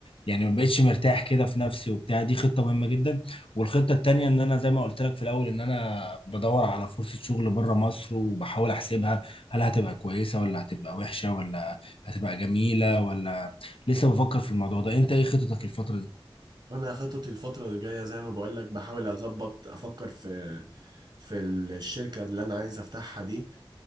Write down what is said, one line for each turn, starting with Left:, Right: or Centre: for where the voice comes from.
Left: يعني ما بقتش مرتاح كده في نفسي وبتاع دي خطة مهمة جدا والخطة التانية ان انا زي ما قلت لك في الاول ان انا بدور على فرصة شغل بره مصر وبحاول احسبها هل هتبقى كويسة ولا هتبقى وحشة ولا هتبقى جميلة ولا لسه بفكر في الموضوع ده انت ايه خطتك الفترة دي؟
Right: وانا خططي الفترة اللي جاية زي ما بقول لك بحاول اظبط افكر في في الشركة اللي انا عايز افتحها دي